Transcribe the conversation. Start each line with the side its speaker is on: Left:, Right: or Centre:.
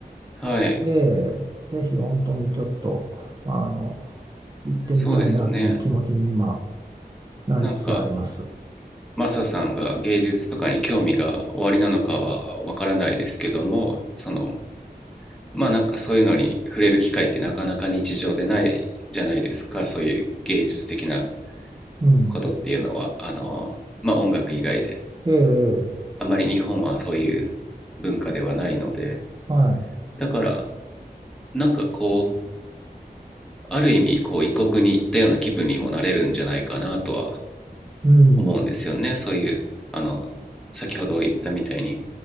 Centre: はい。
Right: で、ぜひ本当にちょっと、あの、行ってみたいなっていう気持ちに今
Centre: そうですね。
Right: なりつつあります。
Centre: なんか、マサさんが芸術とかに興味がおありなのかはわからないですけども、その、まあなんかそういうのに触れる機会ってなかなか日常でないじゃないですか、そういう芸術的な
Right: うん。
Centre: ことっていうのは、あの、まあ音楽以外で。
Right: ええ、ええ
Centre: あまり日本はそういう文化ではないので、
Right: はい。
Centre: だからなんかこう、ある意味こう異国に行ったような気分にもなれるんじゃないかなとは
Right: うん、
Centre: 思うんですよね。そういう、あの、先ほど言ったみたいに